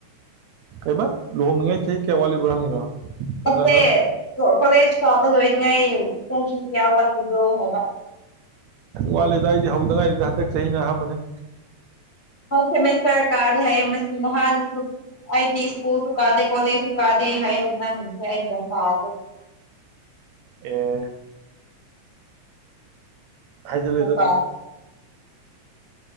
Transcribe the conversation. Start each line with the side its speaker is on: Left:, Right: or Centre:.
Right: ꯀꯩꯕ ꯂꯨꯍꯣꯡꯅꯤꯡꯉꯥꯏ ꯆꯍꯤ ꯀꯌꯥ ꯋꯥꯠꯂꯤꯕ꯭ꯔꯣ ꯍꯪꯉꯤꯔꯣ꯫ ꯅꯠꯇ꯭ꯔꯒ
Left: ꯅꯠꯇꯦ ꯀꯣꯂꯦꯖ ꯀꯥꯕ ꯂꯣꯏꯅꯤꯉꯩ ꯆꯍꯤ ꯀꯌꯥ ꯋꯥꯠꯂꯤꯕ꯭ꯔꯣ ꯍꯥꯏꯕ꯫
Right: ꯋꯥꯠꯂꯤꯗ ꯑꯩꯗꯤ ꯍꯧꯗꯉꯥꯏꯔꯤꯗ ꯍꯟꯗꯛ ꯆꯍꯤꯅ ꯑꯍꯥꯟꯕꯅꯦ꯫
Left: ꯊꯥꯔꯠ ꯁꯤꯃꯤꯁꯇꯔ ꯀꯥꯔꯤ ꯍꯥꯏ ꯃꯁꯤ ꯃꯍꯥꯟꯁꯨ꯫ ꯑꯩꯗꯤ ꯁ꯭ꯀꯨꯜ ꯁꯨ ꯀꯥꯗꯦ ꯀꯣꯂꯦꯖꯁꯨ ꯀꯥꯗꯦ ꯍꯥꯏꯌꯦ <unintelligible>
Right: ꯑꯦ ꯍꯥꯏꯖꯜꯂꯦꯗꯅ
Left: <unintelligible>